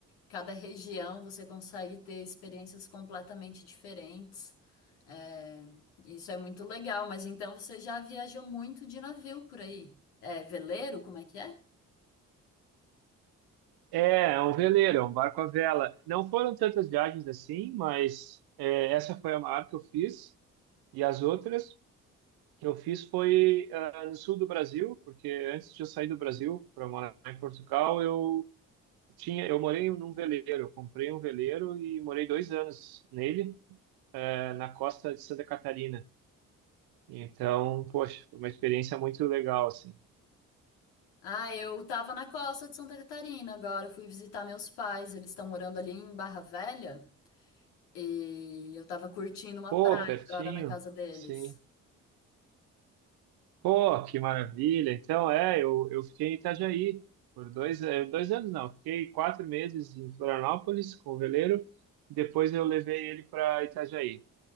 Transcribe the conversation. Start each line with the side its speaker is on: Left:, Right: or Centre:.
Left: Cada região você consegue ter experiências completamente diferentes. É, isso é muito legal, mas então você já viajou muito de navio por aí? É veleiro, como é que é?
Right: É, é um veleiro, é um barco à vela. Não foram tantas viagens assim, mas é, essa foi a maior que eu fiz. E as outras que eu fiz foi ah, no sul do Brasil, porque antes de eu sair do Brasil para morar em Portugal, eu Tinha, eu morei num veleiro, eu comprei um veleiro e morei dois anos nele, eh, na costa de Santa Catarina. Então, poxa, foi uma experiência muito legal, assim.
Left: Ah, eu tava na costa de Santa Catarina agora, fui visitar meus pais, eles estão morando ali em Barra Velha e eu tava curtindo uma
Right: Pô,
Left: praia
Right: pertinho,
Left: agora na casa deles.
Right: sim. Pô, que maravilha. Então, é, eu, eu fiquei em Itajaí por dois, eh, dois anos, não, fiquei quatro meses em Florianópolis com o veleiro, depois eu levei ele para Itajaí.